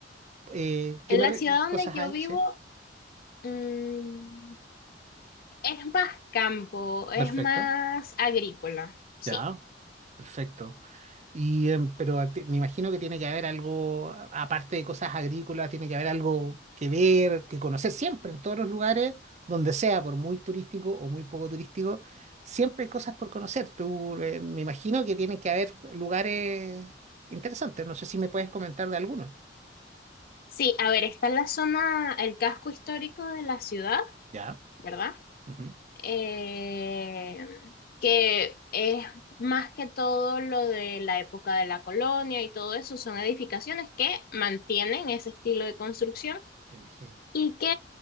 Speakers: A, on the right; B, on the left.
A: eh, qué
B: En
A: me
B: la
A: re-
B: ciudad donde
A: cosas
B: yo
A: hay?
B: vivo,
A: Sí,
B: mm, es más campo, es
A: perfecto,
B: más agrícola, sí.
A: ya, perfecto. Y, em, pero a ti- me imagino que tiene que haber algo, a- aparte de cosas agrícolas, tiene que haber algo que ver, que conocer siempre, en todos los lugares, donde sea, por muy turístico o muy poco turístico, siempre hay cosas por conocer. Tú, eh, me imagino que tienen que haber lugares interesantes. No sé si me puedes comentar de alguno.
B: Sí, a ver, está la zona, el casco histórico de la ciudad,
A: Ya.
B: ¿verdad?
A: Ujú,
B: Eh, que es más que todo lo de la época de la colonia y todo eso, son edificaciones que mantienen ese estilo de construcción
A: Me imagino.
B: y que,